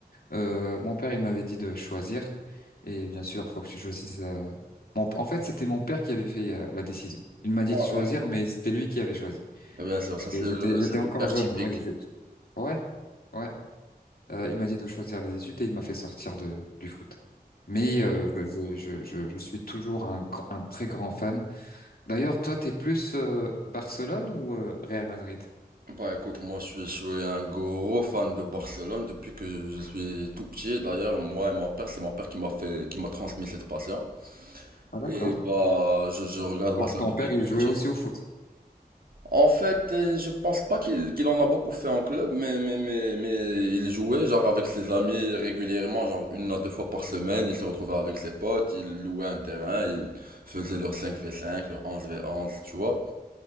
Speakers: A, on the left; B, on the right.
A: Euh, mon père, il m'avait dit de choisir. Et bien sûr, faut que tu choisisses. euh, mon- en fait, c'était mon père qui avait fait euh, la décision. Il m'a dit
B: Ouais,
A: de choisir,
B: bien sûr.
A: mais c'était lui qui avait choisi.
B: Eh bien sûr,
A: Parce
B: ça
A: que
B: c'est le,
A: j'étais, j'étais
B: c'est le
A: encore
B: père
A: jeune.
B: typique.
A: Oui, je- ouais, ouais. Euh, il m'a dit de choisir les études et il m'a fait sortir de, du foot. Mais euh, je, je, je, je je suis toujours un, gr- un très grand fan D'ailleurs, toi, t'es plus euh, Barcelone ou euh, Real Madrid?
B: Bah écoute, moi je suis, je suis un gros fan de Barcelone depuis que je suis tout petit. D'ailleurs, moi et mon père, c'est mon père qui m'a fait, qui m'a transmis cette passion.
A: Ah d'accord.
B: Et bah, je, je regarde
A: Ton,
B: Barcelone
A: ton
B: depuis
A: père, il
B: tout
A: jouait
B: petit.
A: aussi au foot.
B: En fait, euh, je pense pas qu'il qu'il en a beaucoup fait en club, mais, mais, mais, mais il jouait genre avec ses amis régulièrement, genre une à deux fois par semaine. Il se retrouvait avec ses potes, il louait un terrain, il faisait leur cinq v cinq leur onze v onze tu vois.